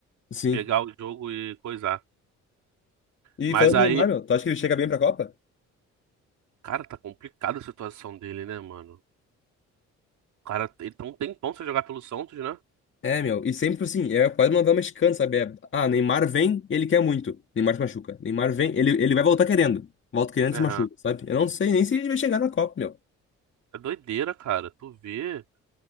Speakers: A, on the left (about 40°); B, on the right (about 70°).
A: Sim.
B: pegar o jogo e coisar.
A: E
B: Mas
A: falando
B: aí,
A: em Neymar, meu, tu acha que ele chega bem pra Copa?
B: cara, tá complicada a situação dele, né, mano? O cara, ele tá um tempão sem jogar pelo Santos, né?
A: É, meu, e sempre assim, é quase uma novela mexicana, sabe? É, ah, Neymar vem, ele quer muito. Neymar se machuca. Neymar vem, ele, ele vai voltar querendo. Volta querendo
B: Aham.
A: e se machuca, sabe? Eu não sei nem se ele vai chegar na Copa, meu.
B: É doideira, cara. Tu vê.